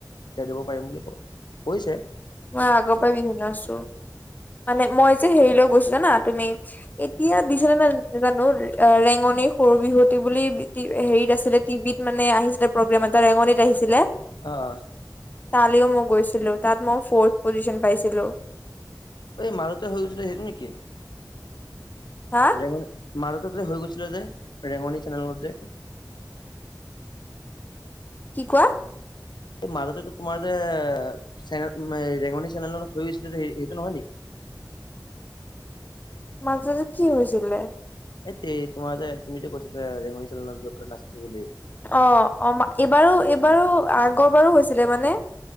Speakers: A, on the left; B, on the left.
A: শিকাই দিব পাৰিম বুলি ক কৈছে।
B: মই আগৰ পৰা বিহু নাছো। মানে মই যে হেৰিলৈ গৈছিলো না তুমি এতিয়া দিছে ন জানো ৰেঙ সৰু বিহুতি বুলি হেৰিত আছিলে টিভিত মানে আহিছিলে প্ৰগ্ৰেম এটা ৰেঙনিত আহিছিলে।
A: আহঁ
B: তালিও মই গৈছিলো তাত মই ফৰ্থ পজিশচন পাইছিলোঁ।
A: এই মাৰুতে হৈ গৈছিল, সেইটো নেকি
B: হা
A: ৰেঙ মাজতে যে হৈ গৈছিলে যে ৰেঙনি চেনেলত যে
B: কি কোৱা?
A: এই মাজতে তোমাৰ যে চেনে ৰেঙনি চেনেলত হৈ গৈছিলে যে সেইটো নহয় নেকি? <inaudible>
B: মাজতে কি হৈছিলে?
A: এ তে তোমাৰ যে তুমি যে কৈছে ৰেঙনিচেনেলত নাছিছিলো বুলি।
B: অ অ এইবাৰো এইবাৰো আগৰ বাৰো হৈছিলে মানে